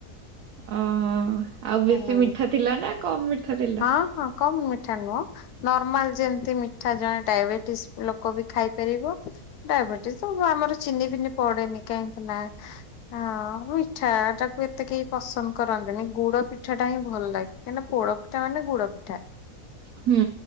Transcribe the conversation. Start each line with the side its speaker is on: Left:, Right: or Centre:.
Right: ଓ ଆଉ ବେଶୀ
Left: ହୁଁ
Right: ମିଠା ଥିଲା ନା କମ୍ ମିଠା ଥିଲା।
Left: ହଁ ହଁ କମ୍ ମିଠା ନୁହଁ। ନର୍ମାଲ ଯେମତି ମିଠା ଜଣେ ଡାଇବେଟିସ୍ ଲୋକ ବି ଖାଇପାରିବ। ଡାଇବେଟିସ ତ ଆମର ଚିନି ଫିନି ପଡେନି କାହିଁକି ନା। ଆଁ ମିଠା ଟାକୁ ଏତେ କେହି ପସନ୍ଦ କରନ୍ତିନି ଗୁଡ। ପିଠା ଟା ହିଁ ଭଲ ଲାଗେ କାହିଁକନା ପୋଡ ପିଠା ମାନେ ଗୁଡ ପିଠା।
Right: ହୁଁ।